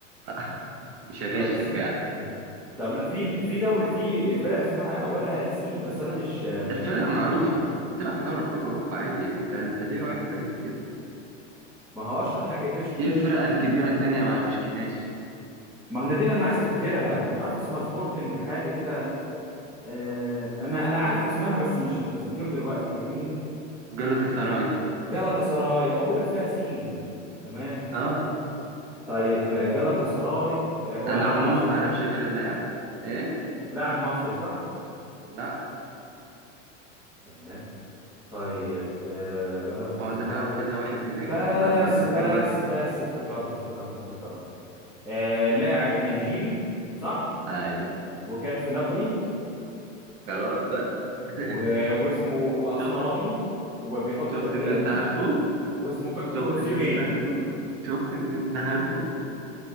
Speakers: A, on the right; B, in the centre.
A: لا <laughs> مش
B: <laughs>
A: هغشك
B: طب است-
A: يعني
B: طب لا في في دوري في فرقة اسمها اولها سين بس انا مش
A: الفرقة معروفة بتلعب في دوري أبطال أوروبا عادي أنت أنت ليه رايح بعيد كده؟
B: ما هو اشهر حاجه بيشكتاش
A: إيه الفرقة الكبيرة التانية مع بشكتاش؟
B: ما انا دي اللي انا عايز افتكرها مش عارف اسمها سبورتنج حاجه كده آه انا انا عارف اسمها بس مش متذكره دلوقتي فاهمني
A: جلطة سراي
B: جالاتا سراي هقول لك فيها سين تمام
A: أه
B: طيب آه، جالاتا سراي آه هو
A: أنا
B: لاعب
A: عموما
B: مصري
A: ما
B: صح
A: أعرفش غير اللاعب إيه؟
B: لاعب مصري صح
A: لا
B: الله طيب آه جالاتا
A: هو
B: سراي
A: أنت تعرف كذا واحد هناك
B: بس
A: أنا ما أعرفش
B: بس
A: غير واحد
B: بس افتكرته افتكرته افتكرته آه لاعب نيجيري صح
A: أيوة
B: وكان في نابولي
A: خلاص بقى <laughs>
B: و- واسمه بأسمراني
A: شفت
B: وبيحط
A: شفت
B: بنداج
A: إن أنت عارفه
B: واسمه فيكتور
A: شفت
B: اوسيمين
A: إن أنت عارفه شفت إن أنت عارفه